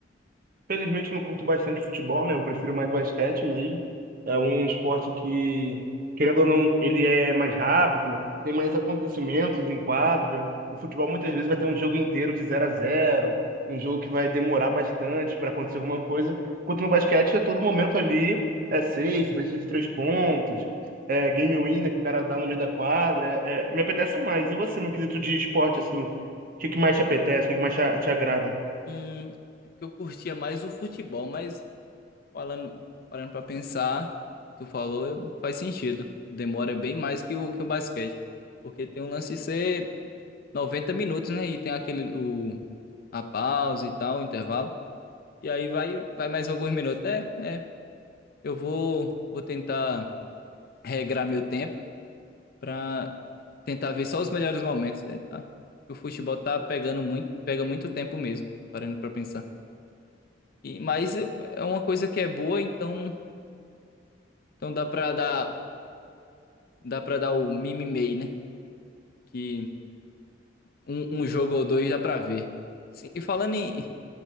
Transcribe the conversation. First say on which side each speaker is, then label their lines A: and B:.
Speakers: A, on the right; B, on the left.
A: Felizmente não curto bastante futebol, né? Eu prefiro mais basquete mesmo. É um esporte que, querendo ou não, ele é mais rápido, tem mais acontecimentos em quadra. O futebol muitas vezes vai ter um jogo inteiro de zero a zero, um jogo que vai demorar bastante para acontecer alguma coisa. Enquanto no basquete é todo momento ali, é sexta, sexta de três pontos, é game winner que o cara dá no meio da quadra. É, é, me apetece mais. E você, no quesito de esporte, assim, o que que mais te apetece, o que que mais te te agrada?
B: Hum, é porque eu curtia mais o futebol, mas Falando, parando pra pensar, que tu falou, eu- faz sentido. Demora bem mais que o, que o basquete. Porque tem um lance de ser 90 minutos, né? E tem aquele, o, a pausa e tal, o intervalo. E aí vai, vai mais alguns minutos. É, é. Eu vou, vou tentar regrar meu tempo pra tentar ver só os melhores momentos. É, tá. O futebol tá pegando muito, pega muito tempo mesmo, parando pra pensar. E, mas é uma coisa que é boa, então, então dá pra dar. dá pra dar o mimimei, né? Que um, um jogo ou dois dá pra ver. Sim, e falando em,